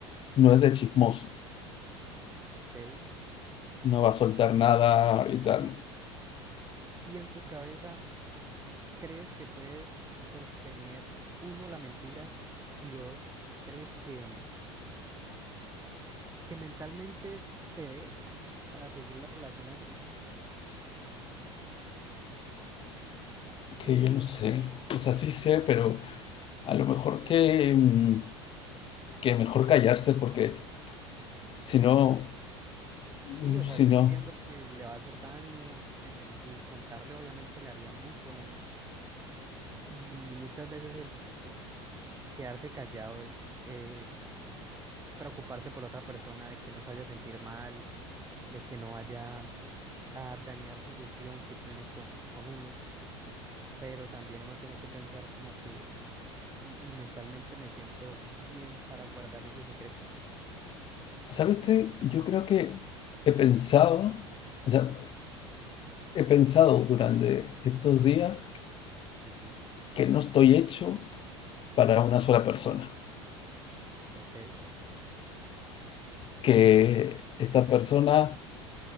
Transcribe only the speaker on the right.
Ok.
Y en tu cabeza... ¿Crees que puedes sostener, uno, la mentira y dos, crees que, mm, que mentalmente te dé para seguir la relación así?
Sí, o
sea, yo
entiendo que le va a hacer daño, el, el- el contarle obviamente le haría mucho daño y muchas veces el, el quedarse callado es, es preocuparse por otra persona, de que no se vaya a sentir mal, de que no vaya a dañar su ilusión que tiene con, con uno, pero también uno tiene que pensar como que... y, y mentalmente me siento bien para guardar ese secreto.
Ujú,
Ok.